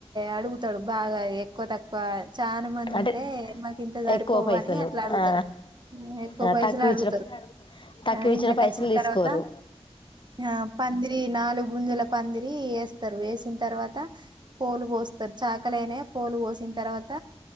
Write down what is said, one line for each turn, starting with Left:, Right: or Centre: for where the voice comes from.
Right: అడుగుతాడు బాగా ఎక్కువ తక్కువ చానా మంది
Left: అంటే
Right: ఉంటే మాకు ఇంత సరిపోవు
Left: ఎక్కువ పైసలు
Right: అని అట్లా అడుగుతారు,
Left: ఆ
Right: ఎక్కువ
Left: ఆ
Right: పైసలు
Left: తక్కువ
Right: అడుగుతారు,
Left: ఇచ్చిన తక్కువ
Right: ఆ
Left: ఇచ్చిన
Right: ఇంట్లోకి
Left: పైసలు
Right: వచ్చిన
Left: తీసుకోరు
Right: తర్వాత ఆ పందిరి నాలుగు ముంజుల పంది ఇ వేస్తారు వేసిన తర్వాత పోలు పోస్తారు, చాకలైనా పోలు పోసిన తర్వాత